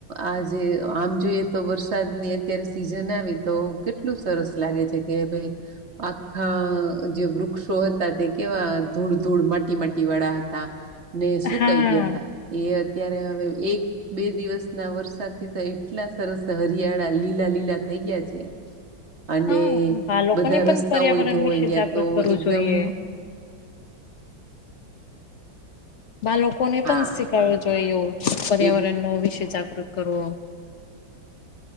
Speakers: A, on the right; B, on the left.
A: આજે આમ જોઈએ તો વરસાદની અત્યારે સીઝન આવી તો કેટલું સરસ. સરસ લાગે છે, કે ભય આખા જે વૃક્ષો હતા તે કેવા ધૂળ ધૂળ માટી માટી વાળા હતા ને શું
B: હા
A: કઈ ગયા હતા, એ ત્યારે હવે એક બે દિવસના વરસાદથી તો એટલા સરસ હરિયાળા લીલા લીલા થઈ. થઈ ગયા છે. અને
B: હા બાળકોને
A: બધા
B: પણ
A: રસ્તાઓય
B: પર્યાવરણ
A: ધોવા
B: વિશે
A: ગયા
B: જાગૃત
A: તો
B: કરવું
A: એકદમ
B: જોઈએ બાળકોને
A: હા
B: પણ શીખડવો
A: હા હા
B: જોઈએ પર્યાવરણ
A: એ
B: નો વિશે જાગૃતિ ઉપયોગ કરવો.